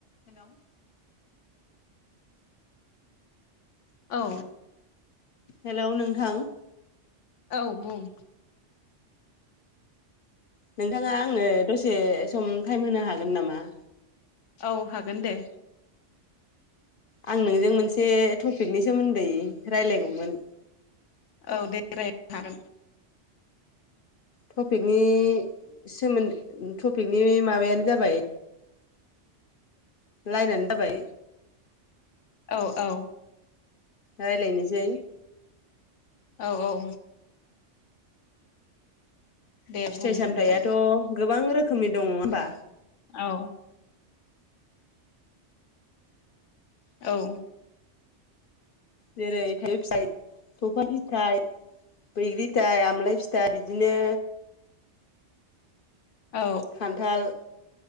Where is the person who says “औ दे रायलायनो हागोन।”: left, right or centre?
Left